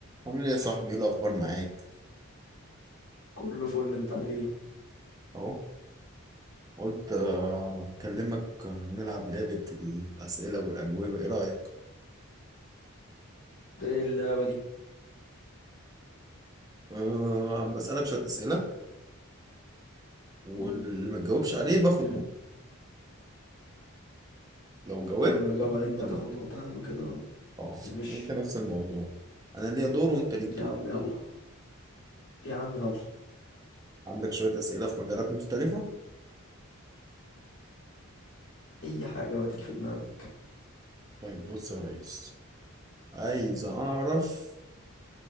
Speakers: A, on the right; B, on the left.
A: عامل ايه يا صاحبي ايه الاخبار معاك
B: كله فل انت عامل ايه
A: اهو قلت آه، اكلمك آه، نلعب لعبة الاسئلة والاجوبة ايه رأيك
B: ده ايه اللعبة دي
A: أه بسألك شوية اسئلة واللي
B: مم.
A: ما تجاوبش عليه باخد
B: <clears throat>
A: نقطة لو جاوبت
B: واللي بجاوب
A: تاخد
B: عليه
A: انت
B: انت
A: النقطة
B: هتاخد نقطة يعني وكده
A: اه
B: ماشي
A: وانت نفس الموضوع انا ليا دور وانت ليك دور
B: يا عم يلا يا عم يلا
A: عندك شوية اسئلة في مجالات مختلفة
B: اي حاجة بقى تيجي في دماغك
A: طيب بص يا ريس عايز اعرف